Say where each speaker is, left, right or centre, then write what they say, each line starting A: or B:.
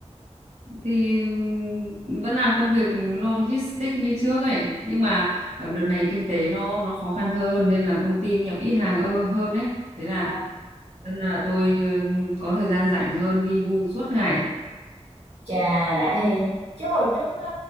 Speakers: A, on the right; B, on the right.
A: thì ừm, vẫn làm công việc logistics như trước ấy nhưng mà ở đợt này kinh tế nó nó khó khăn hơn nên là công ty nhập ít hàng ơ- hơn đấy thế là
B: Ờ,
A: nên là tôi ờ, có thời gian rảnh hơn vi vu suốt ngày
B: chà, đã hỉ. Chứ hồi trước ờ,